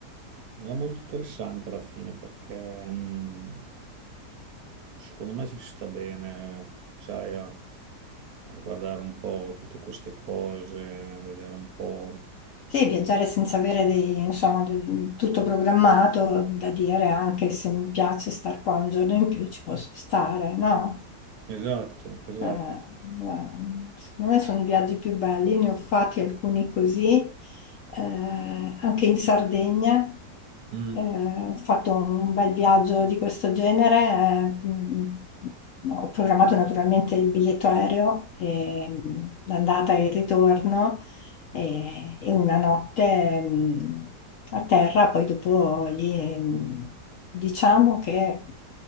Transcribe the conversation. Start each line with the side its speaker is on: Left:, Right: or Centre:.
Right: è molto interessante alla fine perché mm, Secondo me ci sta bene, sai, a, a guardare un po' tutte queste cose, vedere un po'.
Left: Sì, viaggiare senza avere dei- insomma, del- tutto programmato, da dire anche se mi piace star qua un giorno in più ci posso stare, no?
Right: Esatto, esatto.
Left: Eh, ma secondo me sono i viaggi più belli, ne ho fatti alcuni così, eh, anche in Sardegna.
Right: Mm,
Left: Eh, ho fatto un bel viaggio di questo genere, eh, mh, ho programmato naturalmente il biglietto aereo, e, mh, l'andata e il ritorno e, e una notte mh, a terra, poi dopo lì mh, diciamo che